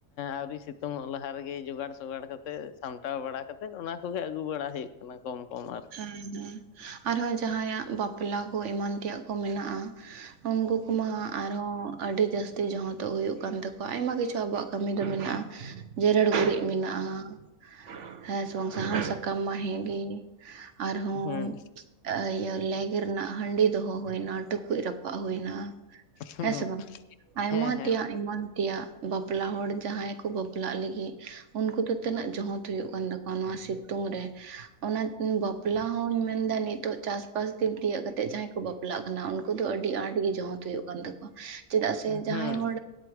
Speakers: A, on the left (about 65°); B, on the right (about 60°).
A: ᱟᱹᱣᱨᱤ ᱥᱤᱛᱩᱝᱚᱜ ᱞᱟᱦᱟ ᱨᱮᱜᱮ ᱡᱚᱜᱟᱲ ᱥᱚᱜᱟᱲ ᱠᱟᱛᱮᱜ ᱥᱟᱢᱴᱟᱣ ᱵᱟᱲᱟ ᱠᱟᱛᱮᱜ ᱚᱱᱟ ᱠᱚᱜᱮ ᱟᱹᱜᱩ ᱵᱟᱲᱟ ᱦᱩᱭᱩᱜ ᱠᱟᱱᱟ ᱠᱚᱢ ᱠᱚᱢ ᱟᱨᱠᱤ
B: ᱦᱩᱸ ᱦᱩᱸ ᱟᱨᱦᱚᱸ ᱡᱟᱦᱟᱸᱭᱟᱜ ᱵᱟᱯᱞᱟ ᱠᱚ ᱮᱢᱟᱱ ᱛᱮᱭᱟᱜ ᱠᱚ ᱢᱮᱱᱟᱜᱼᱟᱸ ᱩᱱᱠᱩ ᱠᱚᱢᱟ ᱟᱨᱦᱚᱸ ᱟᱹᱰᱤ ᱡᱟᱹᱥᱛᱤ ᱡᱚᱸᱦᱚᱸᱛᱚᱜ ᱦᱩᱭᱩᱜ ᱠᱟᱱ ᱛᱟᱠᱚᱣᱟ ᱟᱭᱢᱟ ᱠᱤᱪᱷᱩ ᱟᱵᱚᱣᱟᱜ ᱠᱟᱹᱢᱤ ᱫᱚ ᱢᱮᱱᱟᱜᱼᱟᱸ ᱡᱮᱨᱮᱲ ᱜᱩᱨᱤᱡ ᱢᱮᱱᱟᱜᱼᱟ ᱦᱮᱸ ᱥᱮ ᱵᱟᱝ ᱥᱟᱦᱟᱱ ᱥᱟᱠᱟᱢ ᱢᱟ ᱦᱮᱸᱜᱮ ᱟᱨᱦᱚᱸ
A: ᱦᱩᱸ
B: ᱤᱭᱟᱹ ᱞᱟᱹᱜᱽ ᱨᱮᱱᱟᱜ ᱦᱟᱸᱰᱤ ᱫᱚᱦᱚ ᱦᱩᱭᱱᱟ ᱴᱩᱠᱩᱡ ᱨᱟᱯ ᱦᱩᱭᱱᱟ
A: ᱦᱩᱸ
B: ᱦᱮᱸ ᱥᱮ ᱵᱟᱝ ᱟᱭᱢᱟ
A: ᱦᱮᱸ ᱦᱮᱸ
B: ᱛᱮᱭᱟᱜ ᱟᱭᱢᱟ ᱛᱮᱭᱟᱜ ᱵᱟᱯᱞᱟ ᱦᱚᱲ ᱡᱟᱦᱟᱸᱭ ᱠᱚ ᱵᱟᱯᱞᱟᱜ ᱞᱟᱹᱜᱤᱫ ᱩᱱᱠᱩ ᱫᱚ ᱛᱤᱱᱟᱹᱜ ᱡᱚᱸᱦᱚᱸᱛ ᱦᱩᱭᱩᱜ ᱠᱟᱱ ᱛᱟᱠᱚᱣᱟ ᱱᱚᱣᱟ ᱥᱤᱛᱩᱝ ᱨᱮ ᱚᱱᱟ ᱵᱟᱯᱞᱟ ᱦᱚᱸᱧ ᱢᱮᱱᱫᱟ ᱱᱤᱛᱚᱜ ᱪᱟᱥ ᱵᱟᱥ ᱫᱤᱱ ᱛᱤᱭᱟᱹᱜ ᱠᱟᱛᱮᱜ ᱡᱟᱦᱟᱸᱭ ᱠᱚ ᱵᱟᱯᱞᱟᱜ ᱠᱟᱱᱟ ᱩᱱᱠᱩ ᱫᱚ ᱟᱹᱰᱤ ᱟᱸᱴ ᱜᱮ ᱡᱚᱸᱦᱚᱸᱛ ᱦᱩᱭᱩᱜ ᱠᱟᱱ ᱛᱟᱠᱚᱣᱟ ᱪᱮᱫᱟᱜ ᱥᱮ ᱡᱟᱦᱟᱸᱭ
A: ᱦᱩᱸ
B: ᱦᱚᱲ